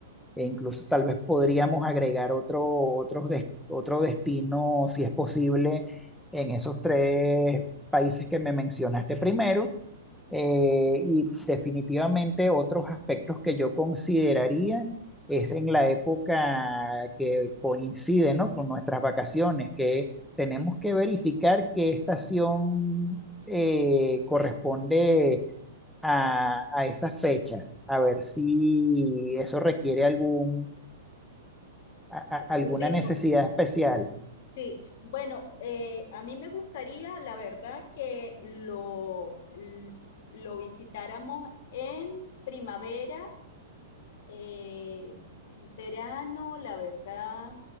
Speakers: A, in the centre; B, on the left.
A: e incluso tal vez podríamos agregar otro, otros des- otro destino, si es posible, en esos tres países que me mencionaste primero eh, y definitivamente otros aspectos que yo consideraría es en la época que coincide, ¿no? con nuestras vacaciones, que tenemos que verificar qué estación eh, corresponde a, a esa fecha, a ver si eso requiere algún, a-
B: algún
A: a- alguna
B: tipo.
A: necesidad especial.
B: Sí, bueno, eh, a mí me gustaría, la verdad, que lo, l- lo visitáramos en primavera, eh, verano, la verdad,